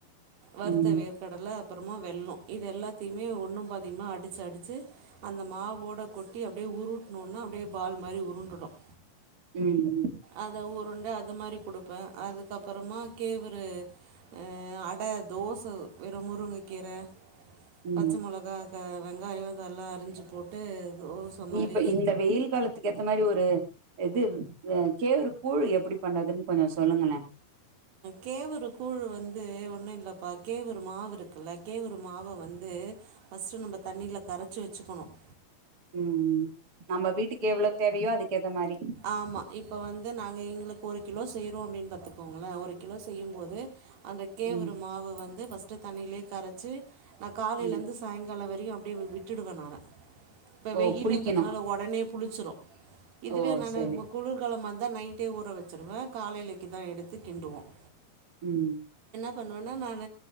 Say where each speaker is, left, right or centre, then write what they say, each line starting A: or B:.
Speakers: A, on the right (about 85°); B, on the right (about 35°).
A: வருத்த
B: ம்
A: வேர்க்கடலை அப்புறமா வெள்ளம் இது எல்லாத்தையுமே ஒன்னு பாதியூமா அடிச்சு அடிச்சு அந்த மாவோட கொட்டி அப்படியே உருட்னோனா அப்படியே பால் மாதிரி உருண்டுடும்
B: ம் ம்
A: அத ஊருண்டு அது மாதிரி குடுப்பேன் அதுக்கப்புறமா கேவரு அ அடை தோசை வெற முருங்கை கீரை
B: ம்
A: பச்சை மிளகா வெங்காயம் இதெல்லாம் அரிஞ்சு போட்டு தோசை மாதிரி
B: இப்ப இந்த வெயில் காலத்துக்கு ஏத்த மாதிரி ஒரு இது கேவூரு கூழ் எப்படி பண்துன்னு கொஞ்சம் சொல்லுங்களே
A: கேவரு கூழு வந்து ஒண்ணு இல்லைப்பா கேவரு மாவு இருக்குல்ல கேவரு மாவ வந்து ஃபஸ்ட்டு நம்ம தண்ணியில் கரைச்சு வச்சக்கணும்
B: ம் ம் நம்ம வீட்டுக்கு எவ்வளவு தேவையோ அதுக்கு ஏத்த மாரி
A: ஆமா இப்போ வந்து நாங்க எங்களுக்கு ஒரு கிலோ செய்றோ அப்படின்னு பாத்துக்கோங்களே ஒரு கிலோ செய்யும்போது அந்த கேவூரு
B: ம்
A: மாவு வந்து பஸ்ட் தண்ணியிலேயே கரைச்சு நான் காலையில
B: ம்
A: இருந்து சாயங்காலம் வரை அப்படிய விட்டுடுவேன் நானு இப்ப
B: ஓ
A: வெயில்ன்றதுனால
B: புளிக்கணு
A: உடனே புளிச்சிரும் இது இதுவே
B: ஓ
A: நானு
B: செரி
A: குளிர்காலமா இருந்தா நைட்டே ஊற வச்சிருவேன் காலையிலக்கு தான் எடுத்து கிண்டுுவோம்
B: ம்
A: பண்ணுவனா நான்